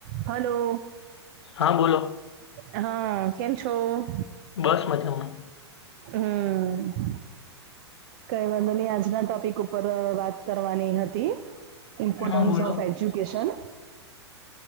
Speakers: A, on the right (about 45°); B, on the left (about 70°).
A: હલો.
B: હા બોલો
A: હા, કેમ છો?
B: બસ મજામાં.
A: હમ્મ, કઈ વાંધો નહી આજના ટોપિક અહ ઉપર વાત કરવાની હતી ઇમ્પોર્ટન્સ
B: હા બોલો
A: ઓફ એજ્યુકેશન.